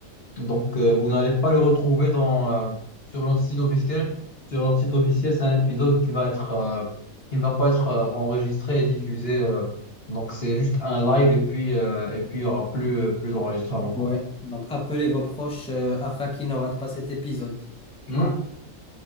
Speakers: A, on the left; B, in the centre.
A: Donc, euh, vous n'allez pas le retrouver dans, euh, sur notre site officiel. Sur notre site officiel, c'est un épisode qui va être, euh, qui ne va pas être euh, enregistré et diffusé. euh. donc, c'est juste un live et puis, euh, et puis il n'y aura plus, euh, plus d'enregistrement, quoi.
B: Ouais, donc appelez vos proches euh, afin qu'ils ne ratent pas cet épisode.
A: Non.